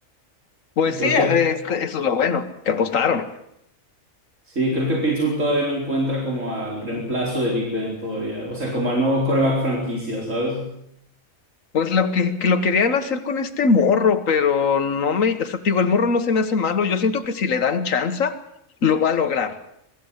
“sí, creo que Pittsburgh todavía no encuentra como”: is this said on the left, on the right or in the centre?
Right